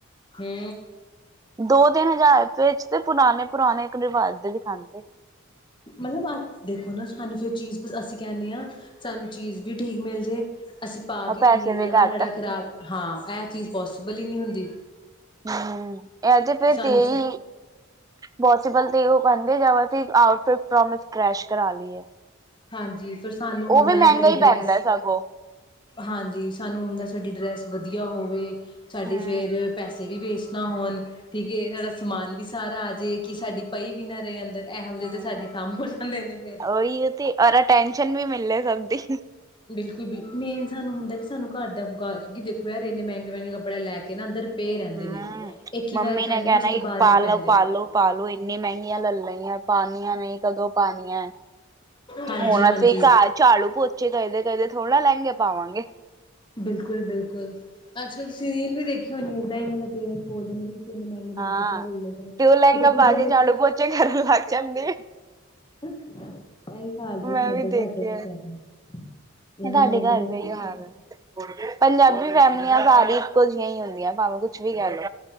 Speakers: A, on the left (about 20°); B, on the right (about 15°).
A: ਹੂੰ
B: ਦੋ-ਤਿੰਨ ਹਜ਼ਾਰ ਚ ਤੇ ਪੁਰਾਣੇ-ਪੁਰਾਣੇ ਇੱਕ ਰਿਵਾਜ਼ਤ ਦੇ ਦਿਖਾਉਂਦੇ।
A: ਮਤਲਬ ਆ ਦੇਖੋ ਨਾ ਸਾਨੂੰ ਫੇਰ ਚੀਜ਼ ਅਸੀਂ ਕਹਿੰਨੇ ਆ। ਸਾਨੂੰ ਚੀਜ਼ ਵੀ ਠੀਕ ਮਿਲ ਜੇ। ਅਸੀਂ ਪਾ
B: ਆ
A: ਵੀ
B: ਪੈਸੇ
A: ਲੀਏ ਜ਼ਿਆਦਾ
B: ਘੱਟ
A: ਸਾਡਾ ਖ਼ਰਾਬ, ਹਾਂ ਇਹ ਚੀਜ਼ ਪੋਸੀਬਲ ਈ ਨੀ ਹੁੰਦੀ।
B: ਹੂੰ, ਇਹ ਤੇ ਫਿਰ
A: ਸਾਨੂੰ
B: ਤੇਈ ਪੋਸੀਬਲ ਤੇ ਉਹ <unintelligible> ਆਊਟਫਿਟ ਪ੍ਰੋਮਿਸ ਕਰੈਸ਼ ਕਰਾ ਲਈਏ।
A: ਹਾਂਜੀ ਫਿਰ ਸਾਨੂੰ ਹੁੰਦਾ
B: ਉਹ ਵੀ ਮਹਿੰਗਾ
A: ਐ ਸਾਡੀ
B: ਹੀ
A: ਡਰੈਸ
B: ਪੈਂਦਾ ਸਗੋਂ
A: ਹਾਂਜੀ ਸਾਨੂੰ ਹੁੰਦਾ ਐ ਸਾਡੀ ਡਰੈਸ ਵਧੀਆ ਹੋਵੇ। ਸਾਡੀ
B: ਹੂੰ
A: ਫੇਰ ਪੈਸੇ ਵੀ ਵੇਸਟ ਨਾ ਹੋਣ ਠੀਕ ਏ ਸਾਡਾ ਸਮਾਨ ਵੀ ਸਾਰਾ ਆ ਜੇ ਕਿ ਸਾਡੀ ਪਈ ਵੀ ਨਾ ਰਹੇ ਅੰਦਰ ਇਹੋ ਜੇ
B: ਹੂੰ
A: ਤੇ ਸਾਡੇ ਕੰਮ ਹੋ ਜਾਂਦੇ ਨੇ ਫੇਰ
B: ਉਹੀ ਤੇ ਅਰ ਅਟੈਂਸ਼ਨ ਵੀ ਮਿਲੇ ਸਭ ਦੀ।
A: ਬਿਲਕੁਲ ਬਿਲ ਮੇਨ ਸਾਨੂੰ ਹੁੰਦਾ ਸਾਨੂੰ ਘਰ ਦਾ ਕਿਉਕਿ ਦੇਖੋ ਯਾਰ ਇਨੇ ਮਹਿੰਗੇ ਮਹਿੰਗੇ ਕੱਪੜੇ ਲੈ ਕੇ ਨਾ ਅੰਦਰ ਪੇ ਰਹਿੰਦੇ
B: ਹੂੰ
A: ਨੇ, ਇੱਕ ਈ
B: ਮੰਮੀ
A: ਵਾਰ ਪੈਂਦੇ
B: ਕਹਿਣਾ
A: ਨੇ ਉਸ
B: ਕਿ
A: ਤੋਂ ਬਾਦ
B: ਪਾਲੋ
A: ਨੀ ਪੈਂਦੇ।
B: ਪਾਲੋ ਪਾਲੋ ਇੰਨੀ ਮਹਿੰਗੀਆਂ ਲੈ ਲਈਆਂ ਪਾਨੀਆਂ ਨੀ ਕਦੋਂ ਪਾਨੀਆਂ,
A: ਹਾਂਜੀ
B: ਹੁਣ
A: ਹਾਂਜੀ
B: ਅਸੀ ਘਰ ਚਾੜੂ ਪੋਚੇ <unintelligible> ਕਦੇ ਥੋੜੀ ਨਾ ਲਹਿੰਗੇ ਪਾਵਾਂਗੇ।
A: ਬਿਲਕੁਲ ਬਿਲਕੁਲ, ਅੱਜ-ਕੱਲ੍ਹ ਤੁਸੀਂ ਰੀਲ ਵੀ ਦੇਖੀ ਹੋਣੀ ਐ ਏਦਾਂ ਈ ਮਤਲਬ ਪੇਰੈਂਟਸ ਬੋਲਦੇ ਨੇ। ਕਿ ਮਹਿੰਗੇ ਮਹਿੰਗੇ
B: ਹਾਂ
A: ਕੱਪੜੇ ਲੇਦੇ ਨੇ, ਤੇ
B: ਲਹਿੰਗਾ
A: ਫਿਰ ਉਹ ਕੁੜੀਆਂ
B: ਪਾ ਕੇ
A: ਨੇ।
B: ਝਾੜੂ <inaudible>
A: ਇਹੀ ਹਾਲ ਵੀ
B: ਮੈਂ
A: ਸਾਡੇ
B: ਦੇਖਿਆ
A: ਘਰ ਦੇ ਆ ਨੇ ਕਹਿਣਾ। ਇੰਨੇ
B: ਤੁਹਾਡੇ
A: ਮਹਿੰਗੇ
B: ਘਰ
A: ਮਹਿੰਗੇ
B: ਦਾ ਈ
A: ਕੱਪੜੇ
B: ਹਾਲ
A: ਦਿੱਤੇ।
B: ਆ। ਪੰਜਾਬੀ ਫੈਮਿਲੀਆਂ ਸਾਰੀ ਇੱਕੋ ਜਿਹੀਆਂ ਈ ਹੁੰਦੀਆਂ ਭਾਵੇਂ ਕੁਛ ਵੀ ਕਹਿ ਲੋ।